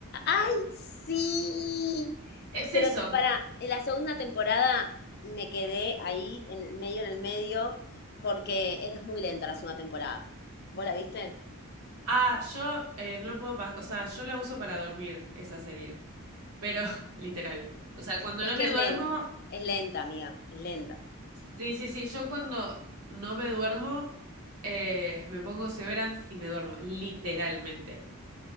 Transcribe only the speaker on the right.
Es
eso.
Ah, yo eh, no puedo pas- o sea, yo la uso para dormir, esa serie. Pero, <laughs> literal. O sea, cuando
no
me
duermo,
sí, sí, sí, yo cuando no me duermo, eh, me pongo Severance y me duermo, literalmente.